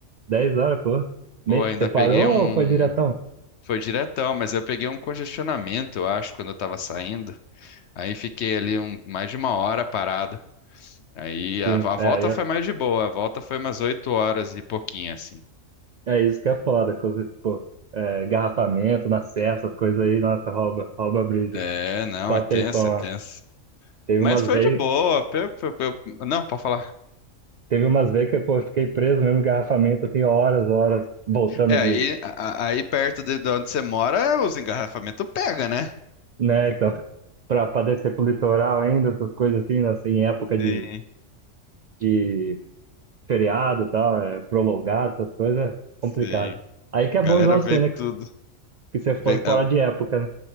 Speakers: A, on the right (about 80°); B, on the left (about 65°).
A: 10 horas, pô. Nem,
B: Pô, ainda
A: você parou
B: peguei um.
A: ou foi diretão?
B: Foi diretão, mas eu peguei um congestionamento, eu acho, quando eu tava saindo. Aí fiquei ali um- mais de uma hora parado. Aí
A: Sim,
B: a, a volta
A: é, aí, ó.
B: foi mais de boa, a volta foi umas oito horas e pouquinho, assim.
A: é isso que é foda. coisa, Pô, é, garrafamento na serra, essas coisas aí, nossa, rouba, rouba a brisa.
B: É, não,
A: Ficar
B: é
A: o
B: tenso,
A: tempão,
B: é tenso.
A: é. Teve
B: Mas
A: umas
B: foi
A: vezes.
B: de boa. pe- pe- pe- Não, pode falar.
A: Teve umas vezes que pô, eu fiquei preso mesmo em engarrafamento, assim, horas, horas, voltando
B: É,
A: de,
B: aí, a- a- aí perto de, de onde você mora, os engarrafamentos pega, né?
A: né, então, <laughs> pra, pra descer pro litoral ainda, essas coisas assim, né, assim, em época de,
B: Sim,
A: de feriado e tal, é, prolongado, essas coisas, é complicado.
B: sim.
A: Aí que é
B: Galera
A: bom igual
B: vem
A: você, né, que
B: tudo.
A: que você foi
B: Vem,
A: fora
B: ah,
A: de época, né?